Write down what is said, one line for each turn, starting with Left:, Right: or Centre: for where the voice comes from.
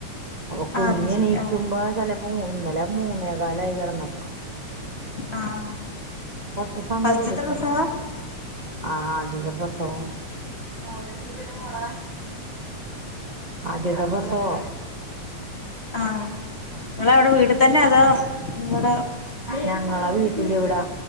Right: അപ്പൊ കുഞ്ഞ്ണീക്കുമ്പോ
Left: ആഹ് അത് ശരി ആഹ്
Right: ചെലപ്പോ ഇന്നലെ മൂന്നേകാലായി കെടന്നപ്പ
Left: ആഹ്
Right: കൊറച്ച് സമയം
Left: ഫസ്റ്റ്ത്തെ
Right: എടുക്കും
Left: പ്രസവാ
Right: ആഹ് ആദ്യത്തെ പ്രസവോം ഇത് നിന്റെ മോളാ ആദ്യത്തെ പ്രസവൊ
Left: ആഹ് നിങ്ങളെവിടെ വീട്ടിതന്നെ അതോ നിങ്ങടെ
Right: ഞങ്ങളാ വീട്ടിലിവിടാ